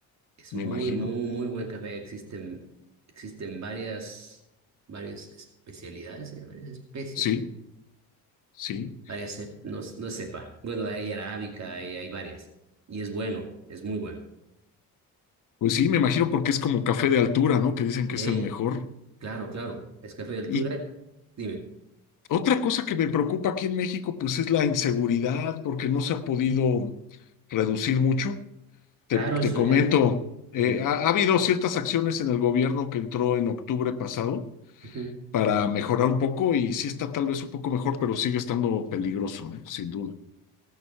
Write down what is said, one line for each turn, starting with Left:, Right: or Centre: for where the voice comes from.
Right: es
Left: me
Right: muy,
Left: imagino.
Right: muy, muy buen café. Existen, existen varias, varias especialidades, eh, varias especies,
Left: Sí,
Right: ¿no?
Left: sí.
Right: Varias, cep- no, s- no sepa. Bueno, hay arábica, hay, hay varias. Y es bueno, es muy bueno.
Left: Pues sí, me imagino porque es como café de altura, ¿no? Que dicen que
Right: Eh,
Left: es el mejor.
Right: claro, claro, es café de altura.
Left: Y
Right: Dime.
Left: otra cosa que me preocupa aquí en México, pues es la inseguridad, porque no se ha podido reducir mucho.
Right: Claro,
Left: Te, te
Right: eso,
Left: comento,
Right: eh,
Left: eh,
Right: dime.
Left: ha, ha habido ciertas acciones en el gobierno que entró en octubre pasado
Right: Ujú.
Left: para mejorar un poco y sí está tal vez un poco mejor, pero sigue estando peligroso, ¿eh? Sin duda.